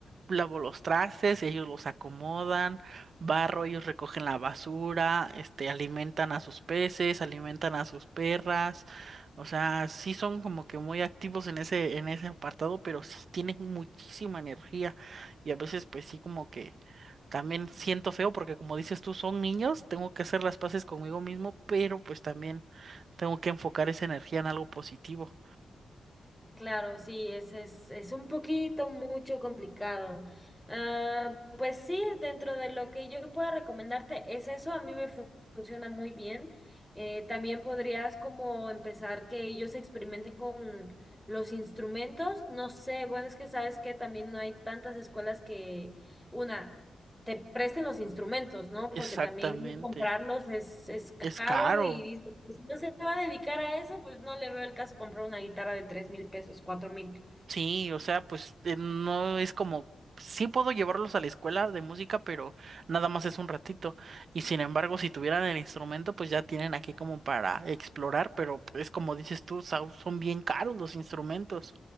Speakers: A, on the right; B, in the centre.
A: Lavo los trastes, ellos los acomodan, barro, ellos recogen la basura, este, alimentan a sus peces, alimentan a sus perras. O sea, sí son como que muy activos en ese, en ese apartado, pero sí tienen muchísima energía. Y a veces, pues sí, como que también siento feo, porque como dices tú, son niños, tengo que hacer las paces conmigo mismo, pero pues también tengo que enfocar esa energía en algo positivo.
B: Claro, sí, es, es, es un poquito mucho complicado. Ah, pues sí, dentro de lo que yo pueda recomendarte es eso, a mí me fu- funciona muy bien. Eh, también podrías como empezar que ellos experimenten con los instrumentos. No sé, bueno, es que sabes que también no hay tantas escuelas que una te presten los instrumentos, ¿no?
A: Exactamente.
B: Porque también comprarlos es, es caro
A: Es caro.
B: y dice, "Pues, si no se va a dedicar a eso, pues no le veo el caso comprar una guitarra de tres mil pesos, cuatro mil.
A: Sí, o sea, pues eh, no es como, sí puedo llevarlos a la escuela de música, pero nada más es un ratito. Y sin embargo, si tuvieran el instrumento, pues ya tienen aquí como para explorar, pero es como dices tú, Sau, son bien caros los instrumentos.